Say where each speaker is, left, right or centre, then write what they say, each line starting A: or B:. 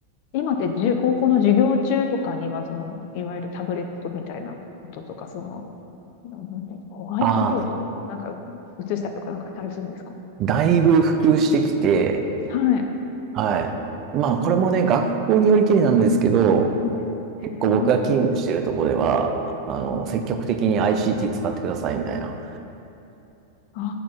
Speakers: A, on the left; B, on the right.
A: 今ってじゅ、高校の授業中とかには、その、いわゆるタブレットみたいなこととか、その、なんだホワイトボードなんか映したりとかなんかしたりするんですか
B: ああ、だいぶ普及してきて、
A: はい。
B: はい。まあこれもね、学校によりきりなんですけど、
A: そうですね。
B: 結構僕が勤務してるとこでは、あの、積極的に ICT 使ってくださいみたいな、
A: あ